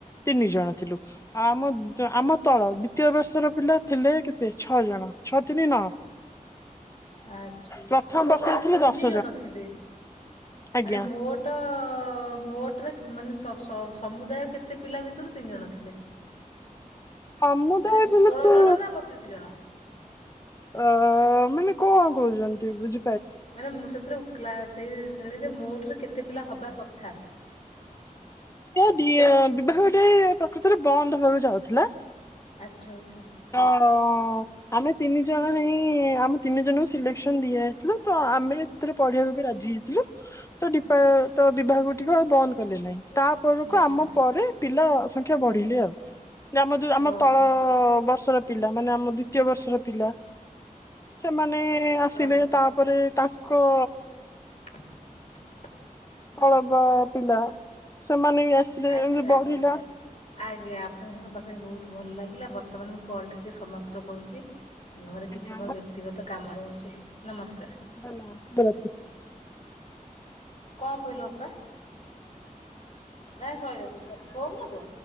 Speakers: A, on the left; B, on the left.
A: ତିନି ଜଣ ଥିଲୁ ଆଉ ଆମ ଆମ ତଳ ଦିତୀୟ ବର୍ଷର ପିଲା ଥିଲେ କେତେ ଛଅ ଜଣ ଛଅ ତିିନି ନ
B: ଆଛା
A: ପ୍ରଥମ
B: ଓହୋ
A: ବର୍ଷରେ ଥିଲେ
B: ତିନି
A: ଦଶ
B: ଜଣ ଥିଲେ
A: ଆଜ୍ଞା
B: ମାନେ ମୋ ଟ ମୋଟରେ ମାନେ ସ ସ ସମୁଦାୟ କେତେ ପିଲା ଭିତରୁ ତିନି ଜଣ ଥିଲେ <inaudible>
A: ସମୁଦାୟ
B: ମାନେ
A: ବଲେ
B: ଷୋଳ
A: ତୁ
B: ଜଣ ନା ବତିଶ ଜଣ?
A: ଅ ମାନେ କଣ କହୁଛନ୍ତି ବୁଝ
B: ମାନେ ମୁଁ ସେଥିରୁ କ୍ଲା ସେଇ ଶ୍ରେଣୀରେ ମୋଟରେ କେତେ ପିଲା ହବା କଥା
A: ଏ ବି ବିବାହଟେ ପ୍ରକୃତରେ ବନ୍ଦ ହବାକୁ ଯାଉଥିଲା
B: ଆଚ୍ଛା ଆଚ୍ଛା
A: ହଁ ହଁ ଆମେ ତିନି ଜଣ ହିଁ ଆମ ତିନି ଜଣଙ୍କୁ ସିଲେକ୍ସନ ଦିଆହେଇଥିଲ ତ ଆମେ ସେଥିରେ ପଢିବାକୁ ବି ରାଜି ହେଇଥିଲୁ ତ ଡିପା
B: ଆଚ୍ଛା
A: ତ ବିଭାଗ ଟକୁ ଆଉ ବନ୍ଦ କଲେ ନାହିଁ ତାପରକୁ
B: ଆଚ୍ଛା
A: ଆମ ପରେ ପିଲା ସଂଖ୍ୟା ବଢିଲେ ଆଉ ଆମ ଯୋଉ ଆମ
B: ଓହୋ
A: ତଳ ବ ପିଲା ମାନେ ଆମ ଦ୍ଵିତୀୟ ବର୍ଷର ପିଲା ସେମାନେ ଆସିଲେ
B: ଓହୋ
A: ତା ପରେ ତାଙ୍କ
B: <inaudible>
A: ଅଳବ ପିଲା ସେମାନେ ବି ଆସିଲେ
B: ଆଚ୍ଛା
A: ଏମିତି
B: ଆଚ୍ଛା।
A: ବଢିଲା
B: ଆଜ୍ଞା ଆପଣଙ୍କ ସହିତ କଥା ହେଇ ବହୁତ ଭଲ ଲାଗିଲା ବର୍ତ୍ତମାନ ମୁଁ କଲ ଟିକେ ସମାପ୍ତ କରୁଛି ଘରେ
A: ଆଜ୍ଞା
B: କିଛି ମୋର ବ୍ୟକ୍ତିଗତ କାମ ରହୁଛି ନମସ୍କାର
A: ଭଲା ବ <unintelligible>
B: କଣ କହିଲୁ ଉପା ନାଇଁ ସଇଲାଣି ସ ଫୋନ ନବ